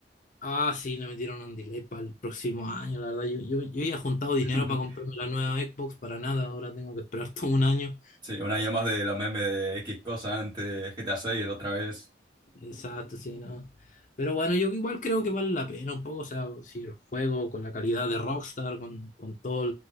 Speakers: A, on the left; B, on the right.
A: Ah, sí, le metieron un delay para el próximo año, la verdad. Yo, yo, yo había juntado dinero
B: <laughs>
A: para comprarme la nueva Xbox para nada, ahora tengo que esperar <laughs> todo un año.
B: Sí, un año más de los memes de X cosa antes, GTA 6 otra vez.
A: Exacto, sí, no. Pero bueno, yo igual creo que vale la pena un poco, o sea, si el juego con la calidad de Rockstar, con, con todos